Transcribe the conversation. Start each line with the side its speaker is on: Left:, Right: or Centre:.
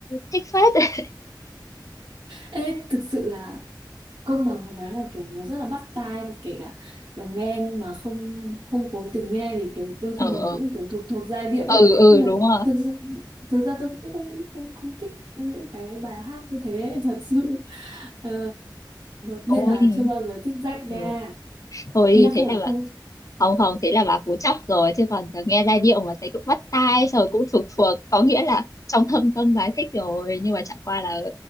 Left: thích phết
Right: Ê, thực sự là công bằng có nói là kiểu nó rất là bắt tai và kể cả kiểu nghe nhưng mà không không cố tình nghe thì kiểu đôi
Left: <laughs> ờ
Right: khi
Left: ờ
Right: mình cũng kiểu thuộc thuộc giai điệu
Left: ừ
Right: ấy
Left: ừ
Right: nhưng mà
Left: đúng rồi
Right: thực sự thực ra tôi cũng không không không thích những cái bài hát như thế <laughs> thật sự Ờ, nên
Left: ôi
Right: là chưa bao giờ thích rách
Left: ừ.
Right: ra
Left: Ôi
Right: ý là
Left: thế
Right: không
Left: là
Right: phải không
Left: bạn không không thế là bà cú chóc rồi chứ còn nghe giai điệu mà thấy cũng bắt tai rồi cũng thuộc thuộc có nghĩa là trong thâm tâm bà ấy thích rồi nhưng mà chẳng qua là